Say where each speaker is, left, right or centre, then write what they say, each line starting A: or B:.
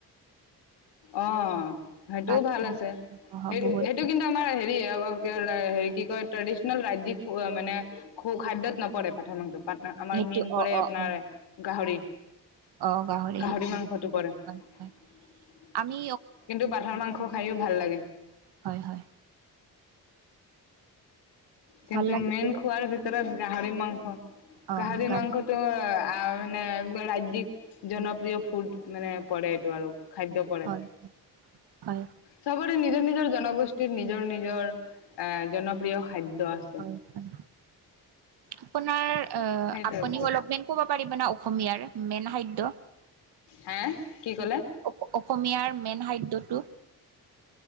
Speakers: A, on the left; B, on the right.
A: অ'। সেইটোও
B: পাঠ
A: ভাল আছে।
B: অ
A: সেই-
B: বহুত
A: সেইটো কিন্তু আমাৰ হেৰি <unintelligible> হেৰি কি কয়, ট্ৰেডিশনেল ৰাজ্যিক ফু- অ'- মানে খো- খাদ্যত নপৰে পাঠা মানটো পাত ন আমাৰ
B: সেইটো
A: মেইন পৰে
B: অ অ
A: আপোনাৰ
B: অ
A: গাহৰি।
B: অ
A: গাহৰি
B: সেইটো
A: মাংসটো
B: হয়
A: পৰে।
B: হয় হয়
A: <inaudible>
B: আমি
A: কিন্তু পাঠাৰ মাংস খাইও ভাল লাগে।
B: হয় হয় হয়
A: কিন্তু
B: ভাল লাগিব
A: মেইন খোৱাৰ ভিতৰত গাহৰি মাংস।
B: অ
A: গাহৰি
B: গান
A: মাংসটো অ' অ'- মানে ৰাজ্যিক জনপ্ৰিয় ফুড মানে পৰে এইটো আৰু। খাদ্য পৰে।
B: হয় হয়
A: চাগ নিজৰ - নিজৰ জনগোষ্ঠীৰ নিজৰ - নিজৰ এ জনপ্ৰিয় খা আছে।
B: হয় হয় আপোনাৰ অ'-
A: সেইটোৱে
B: আপুনি অলপমেন ক'ব পাৰিব না অসমীয়াৰ মেইন খাদ্য?
A: হে কি ক'লে
B: অপ- অসমীয়াৰ মেইন খাদ্যটো।